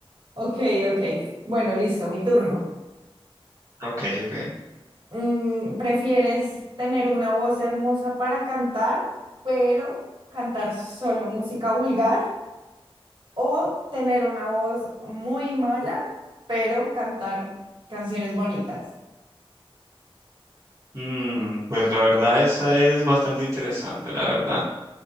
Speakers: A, on the right (about 55°); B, on the right (about 35°).
A: Ok, ok. Bueno, listo, mi turno.
B: Ok, ok.
A: Mm, ¿prefieres tener una voz hermosa para cantar, pero cantar solo música vulgar? ¿O tener una voz muy mala, pero cantar canciones bonitas?
B: Mm, pues la verdad, esa es bastante interesante, la verdad.